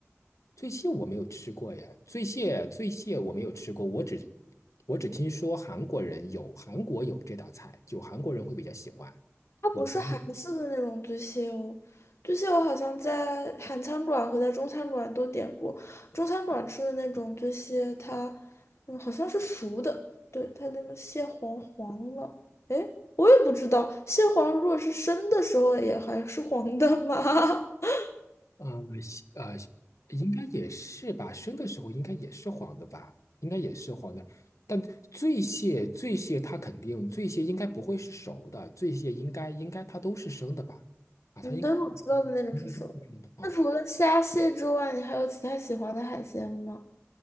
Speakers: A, on the left; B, on the left.
A: 醉蟹我没有吃过呀，醉蟹醉蟹我没有吃过，我只我只听说韩国人有韩国有这道菜，就韩国人会比较喜欢。
B: 不是韩式的那种醉蟹哦，
A: 我听
B: 醉蟹我好像在韩餐馆和在中餐馆都点过，中餐馆吃的那种醉蟹，它嗯好像是熟的，对，它那个蟹黄黄了，诶，我也不知道，蟹黄如果是生的时候也还是黄的吗？<laughs>
A: 呃西呃，应该也是吧，生的时候应该也是黄的吧，应该也是黄的。但醉蟹醉蟹它肯定醉蟹应该不会是熟的，醉蟹应该应该它都是生的吧？啊，
B: 嗯，
A: 它应该。
B: 但是我知道的那种是熟的。
A: 啊。
B: 那除了虾蟹之外，你还有其他喜欢的海鲜吗？